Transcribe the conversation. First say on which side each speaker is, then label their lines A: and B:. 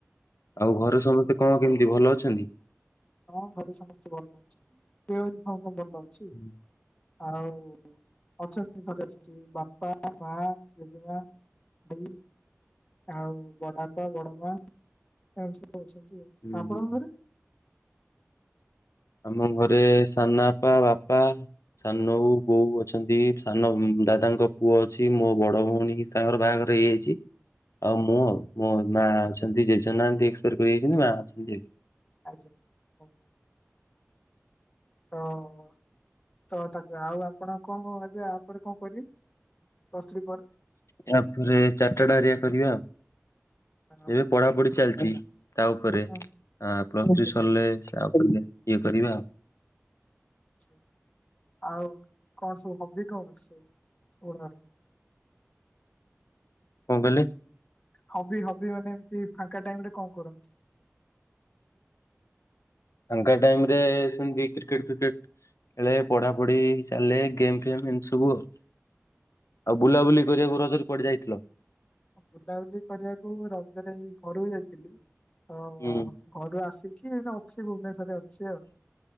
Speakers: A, on the left (about 80°); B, on the left (about 30°).
A: ଆଉ ଘରେ ସମସ୍ତେ
B: ସବୁ
A: କଣ କେମିତି ଭଲ ଅଛନ୍ତି?
B: ହଁ ଘରେ ସମସ୍ତେ ଭଲ ଅଛନ୍ତି ଦେହ ବି ସମସ୍ତଙ୍କର ଭଲ ଅଛି।
A: ହୁଁ
B: ଆଉ ଅଛନ୍ତି ଘରେ ଅଛନ୍ତି ବାପା ପା ମା ଜେଜେମା ଦେଇ ଆଉ ବଡ ଆ ବାପା ବଡ ମା ଏମନେ ସବୁ ଅଛନ୍ତି ଆ
A: ହୁଁ।
B: ଆପଣଙ୍କ ଘରେ?
A: ଆମ ଘରେ ସାନପା ବାପା। ସାନ ବୋଉ ବୋଉ ଅଛନ୍ତି ସାନ ଉ ଦାଦାଙ୍କ ପୁଅ ଅଛି ମୋ ବଡ ଭଉଣୀ ତାଙ୍କର ବାହାଘର ହେଇଯାଇଛି। ଆଉ
B: ଆଜ୍ଞା
A: ମୁଁ ଆଉ ମୋ ମା ଅଛନ୍ତି ଜେଜେ ନାହାନ୍ତି ଏସପାଟ କରିଯାଇଛନ୍ତି ମା ଅଛନ୍ତି ଆଉ।
B: ଆଜ୍ଞା ହଉ। ହଁ। ତ ତାକୁ ଆଉ ଆପଣ କଣ ଏବେ ଆପରେ କଣ କରିବେ? ପ୍ଲସ ଥ୍ରୀ ପରେ?
A: ତାପରେ ଚାରିଟା ଟା ଏରିଆ କରିବା ଆଉ।
B: ହଁ ହଁ
A: ଏବେ ପଢାପଢି ଚାଲିଛି। ତା ଉପରେ
B: ହଁ, ହଁ,
A: ପ୍ଲସ ଥ୍ରୀ
B: ଆଜ୍ଞା
A: ସରିଲେ ତା ଉପରେ ଇଏ କରିବା ଆ।
B: ଆଛା। ଆଉ କଣ ସବୁ ହବି କଣ ସବୁଣର?
A: କଣ କହିଲେ?
B: ହବି ହବି ମାନେ ଏମତି ଫାଙ୍କା ଟାଇମରେ କଣ କରନ୍ତି?
A: ଫାଙ୍କା ଟାଇମରେ ସେମିତି କ୍ରିକେଟ ଫ୍ରିକେଟ ଖେଳେ ପଢାପଢି ଚାଲେ ଗେମ ଫେମ ସବୁ ଆଉ ବୁଲାବୁଲି କରିବାକୁ ରଜରେ କୁଆଡେ ଯାଇଥିଲ?
B: ବୁଲାବୁଲି କରିବାକୁ ରଜରେ ଏଇ ଘରୁକୁ ଯାଇଥିଲି। ତ
A: ହୁଁ।
B: ଘରୁ ଆସିକି ଅଛି ଭୁବନେଶ୍ଵରରେ ଅଛି ଆଉ।